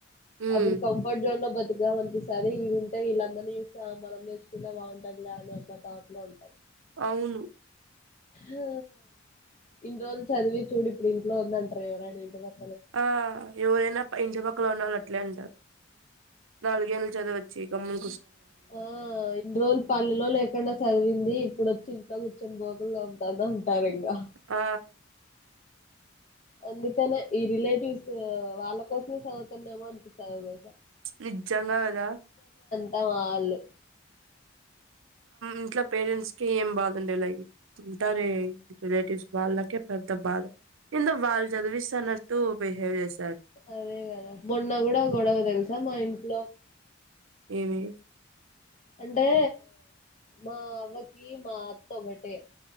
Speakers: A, on the right; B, on the left.
A: ఉమ్
B: అప్పుడు కంఫర్ జోన్ లో బత్ తికం అనిపిస్తది ఇడుంటే వీళ్ళందరినీ చూస్తే ఆ మనం నేర్చుకుంటే బాగుంటుది లే అని ఒక తాట్ లో ఉంటది
A: అవును
B: ఆ ఇన్ని రోజులు చదివి చూడు ఇప్పుడు ఇంట్లో ఉందంటారు ఎవరైనా ఇంటి కొ
A: ఆ ఎవరేనా పై ఇంటి పక్కన ఉన్నోళ్ళ అట్లే అంటారు నాలుగెల్లు చదివచ్చ చి గమ్ము
B: ఆ ఇన్ని రోజులు పల్లెలో లేకుండా చదివింది ఇప్పుడు వచ్చి ఇ కూర్చుని బోతులు అమ్తాంద ఉంటారు ఇంగా
A: ఆ
B: అందుకనే ఈ రిలేటివ్స్ వాళ్ళ కోసమే చదువుతున్నామో అనిపిస్తాది
A: నిజంగా కదా
B: తా వాళ్ళు
A: ఇంట్లో పేరెంట్స్కే ఏం బాధండడి లై ఉంటార రిలేటివ్స్ వాళ్ళకే పెద్ద బాధ ఇందో వాళ్ళు చదివిస్తానట్టు బిహేవ్ చేసి
B: అదే గదా మొన్న కూడా గొడవతెల్సా మా ఇ లో
A: ఏమి
B: అంటే మా అవ్వకి మా అత్త ఒకటే